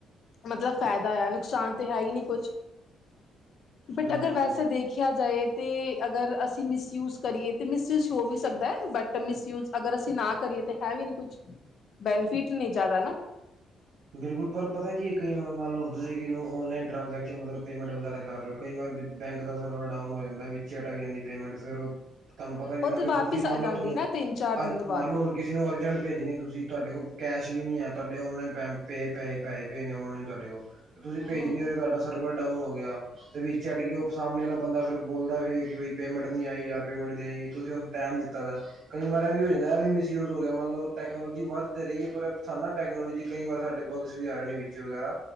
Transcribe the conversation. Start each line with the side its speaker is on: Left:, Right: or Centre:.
Left: ਮਤਲਬ ਫ਼ਾਇਦਾ ਆ ਨੁਕਸਾਨ ਤਾਂ ਹੈ ਹੀ ਨਹੀਂੀ ਕੁਛ ਬਟ
Right: ਹਾਂਜੀ
Left: ਅਗਰ ਵੈਸੇ
Right: ਜੀ।
Left: ਦੇਖਿਆ ਜਾਏ ਤਾਂ ਅਗਰ ਅਸੀਂ ਮਿਸਯੂਜ ਕਰੀਏ ਤਾਂ ਮਿਸਯੂਜ ਹੋ ਵੀ ਸਕਦਾ ਹੈ ਬਟ ਮਿਸਯੂਜ ਅਗਰ ਅਸੀਂ ਨਾ ਕਰੀਏ ਤੇ ਹੈ ਵੀ ਨੀ ਕੁਛ ਬੈਨੀਫਿਟ ਨਹੀਂ ਜ਼ਿਆਦਾ ਨਾ
Right: ਬਿਲਕੁਲ ਪਰ ਪਤਾ ਕੀ ਇਹ ਕਈ ਵਾਰ ਮਨ ਲਓ ਹੁੰਦੇ ਸੀ ਕਿਨੂੰ ਔਨਲਾਈਨ ਟ੍ਰਾਂਜੈਕਸ਼ਨ ਮਤਲਬ ਪੇਮੈਂਟ ਵਗੈਰਾ ਕਰ ਰਓ ਕਈ ਵਾਰ ਬੈਂਕ ਦਾ ਸਰਵਰ ਡਾਊਨ ਹੋ ਜਾਂਦਾ ਵਿੱਚੇ ਅਟਕ ਜਾਂਦੀ ਪੇਮੈਂਟ ਫਰ ਉਹ ਤੁਹਾਨੂੰ ਪਤਾ ਨੀ
Left: ਉਹ
Right: ਨਾ
Left: ਤੇ
Right: ਫੇਰ
Left: ਵਾਪਿਸ
Right: ਤੁਸੀਂ ਮੰਨ
Left: ਆ ਜਾਂਦੀ
Right: ਲਓ ਤੁਹਾਨੂੰ
Left: ਨਾ ਤਿੰਨ ਚਾਰ ਦਿਨ
Right: ਅਰਜ
Left: ਤੋਂ ਬਾਅਦ
Right: ਮੰਨ ਲਓ ਹੁਣ ਕਿਸੇ ਨੂੰ ਅਰਜ ਜਣ ਭੇਜਣੀ ਤੁਸੀਂ ਤੁਹਾਡੇ ਕੋਲ ਕੈਸ਼ ਵੀ ਨਹੀਂ ਤੁਹਾਡੇ ਔਨਲਾਈਨ ਪੈਮੈਂ ਪੈਸੇ ਪੈਸੇ ਭੇਜਣੇ ਆਨਲਾਈਨ ਤੁਹਾਡ ਕੋਲ ਤੁਸੀਂ ਭੇਜ
Left: ਹਾਂ
Right: ਹਿ ਨਿ ਤੁਹਾਡਾ ਸਰਵਰ ਡਾਊਨ ਹੋ ਗਿਆ ਤੇ ਵਿਚ ਅੜ ਗਈ ਕਿ ਉਹ ਸਾਹਮਣੇ ਵਾਲਾ ਬੰਦਾ ਫਿਰ ਬੋਲਦਾ ਸੀ ਕਿ ਬਈ ਪੇਮੈਂਟ ਨਹੀਂੀ ਆਈ ਯਾਰ ਪੇਮੈਂਟ ਆਈ ਤੁਸੀਂ ਟੈਮ ਦਿੱਤਾ ਦਾ ਕਈ ਵਾਰ ਇਹ ਵੀ ਹੋ ਜਾਂਦਾ ਵੀ ਮਿਸਯੂਜ ਹੋ ਗਿਆ ਮੰਨਲਬ ਟੈਕਨੋਲੋਜੀ ਵੱਧਦੇ ਰਹੀ ਹੈ ਪਰ ਸਾਨਾ ਟੈਕਨੋਲੋਜੀ ਕਈ ਵਾਰ ਸਾਡੇ ਬਗਸ ਵੀ ਆ ਰਹੇ ਨੇ ਵਿੱਚ ਵਗੈਰਾ